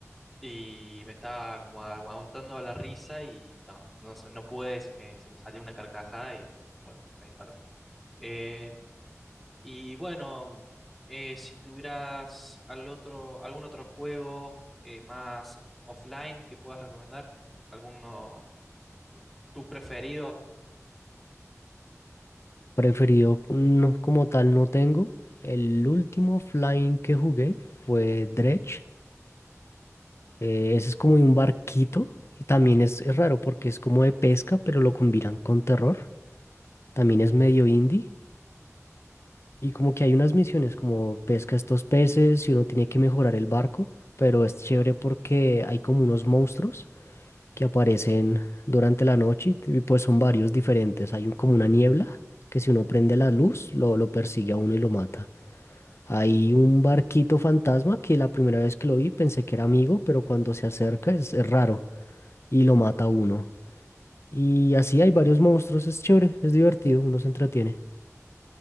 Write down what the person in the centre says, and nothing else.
y me estaba como aguantando la risa y no, no, sé, no pude, se me, se me salió una carcajada y bueno, me disparó. Eh, Y bueno, eh, si tuvieras al otro, algún otro juego eh, más offline que puedas recomendar, alguno eh, tu preferido.